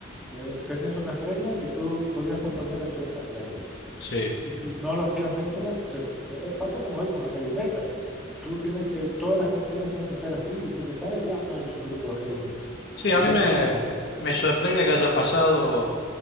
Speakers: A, in the centre; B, on the left.
A: eh, tenías unas reglas y tú podías componer dentro de esas reglas.
B: sí.
A: Y si no lo hacías dentro, se- te- eh, pasa como hoy con el heavy metal. Tú tienes que, todas las canciones tienen que ser así y si te sales ya no eres un grupo de heavy metal.
B: Sí,
A: <laughs>
B: a
A: Eso
B: mí me,
A: pasa mucho.
B: me sorprende que haya pasado,